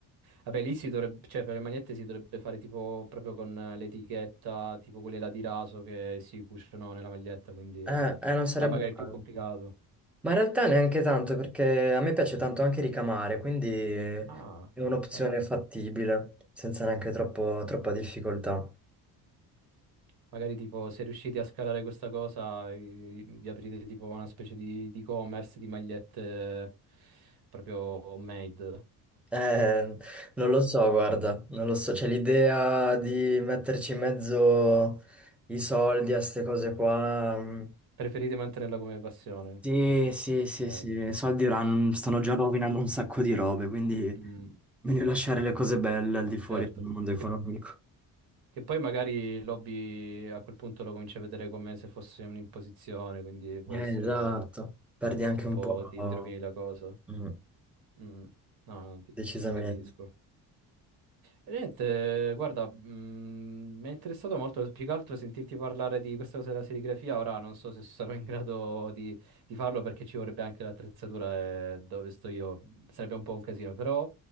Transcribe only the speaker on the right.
Vabbè, lì si dovrebbe, cioè per le magliette si dovrebbe fare tipo proprio con eh, l'etichetta, tipo quelle là di raso che si cuciono nella maglietta, quindi
là magari è più
complicato.
Ah,
grande.
Magari tipo se riuscite a scalare questa cosa, vi, vi aprite tipo una specie di, di e-commerce di magliette proprio homemade.
Preferite mantenerla come passione,
dici? Eh,
vabbè, ci sta.
Mm,
certo.
Che, che poi magari l'hobby a quel punto lo cominci a vedere come se fosse un'imposizione, quindi può
essere
che
un
po'
ti, ti rovini la cosa.
Mm, no, no, ti
ti capisco. E Niente, guarda, mm, mi è interessato molto più che altro sentirti parlare di questa cosa della serigrafia. Ora non so se sarò in grado di, di farlo perché ci vorrebbe anche l'attrezzatura e dove sto io sarebbe un po' un casino, però